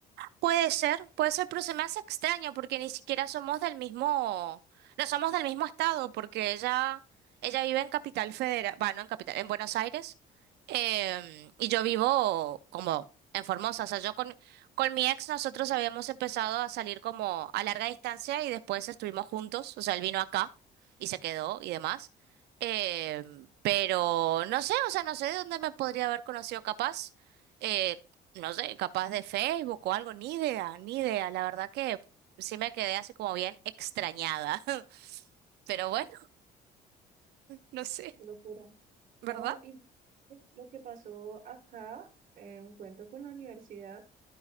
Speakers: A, on the right; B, on the right.
A: Puede ser, puede ser, pero se me hace extraño porque ni siquiera somos del mismo, no somos del mismo estado, porque ella, ella vive en Capital Federal, bueno, en Capital, en Buenos Aires, em, y yo vivo como en Formosa, o sea, yo con, con mi ex nosotros habíamos empezado a salir como a larga distancia y después estuvimos juntos, o sea, él vino acá y se quedó y demás, em, pero no sé, o sea, no sé de dónde me podría haber conocido capaz. eh, no sé, capaz de Facebook o algo, ni idea, ni idea. La verdad que sí me quedé así como bien extrañada. <laughs> Pero bueno, no sé,
B: Qué locura.
A: ¿verdad?
B: No, y lo que pasó acá, en un cuento con la universidad,